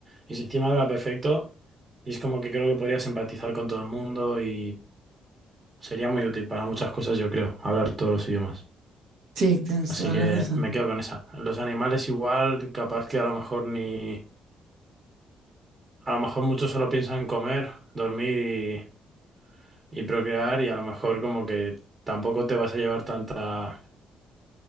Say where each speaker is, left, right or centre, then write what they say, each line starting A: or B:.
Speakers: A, on the right; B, on the right.
A: Y si encima habla perfecto, y es como que creo que podrías empatizar con todo el mundo y sería muy útil para muchas cosas, yo creo, hablar todos los idiomas.
B: sí, tienes
A: Así
B: toda
A: que
B: la razón.
A: me quedo con esa. Los animales igual, capaz que a lo mejor ni... A lo mejor muchos solo piensan en comer, dormir y, y procrear y a lo mejor como que tampoco te vas a llevar tanta